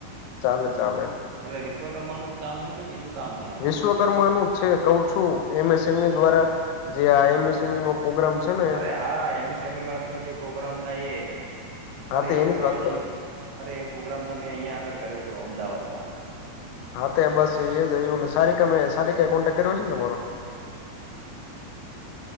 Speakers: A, on the left; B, on the right.
A: ચાલે ચાલે
B: એટલે વિશ્વકર્માનું જ કામ હે કે બીજું કામ હે આમાં
A: વિશ્વકર્માનું જ છે કઉ છું એમ. એસ. એમ. ઈ. દ્વારા જે આ એમ. એસ. એમ. ઈ. નો પ્રગ્રામ છે. ને
B: અરે હા એમ. એસ. એમ. ઈ. વાદ નો જે પ્રોગ્રામ થાય એ
A: હા
B: અરે
A: તો
B: એ
A: એની
B: પ્રોગ્રામ
A: જ વાત કરું
B: તો
A: છું
B: અરે એ પ્રોગ્રામ તો મેં અહીયાંયા આગળ કર્યો હતો અમદાવાદમાં
A: હા તો બસ એ જ સારીમે સારી ક કોન્ટેક કર્યો છે ને તમારો